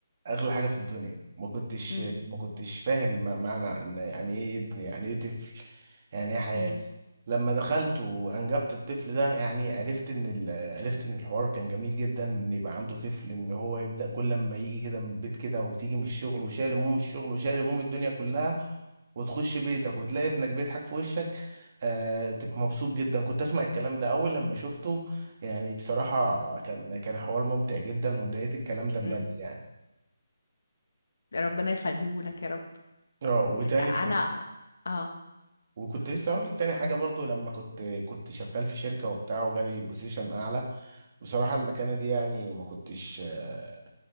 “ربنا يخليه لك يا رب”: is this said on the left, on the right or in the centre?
Left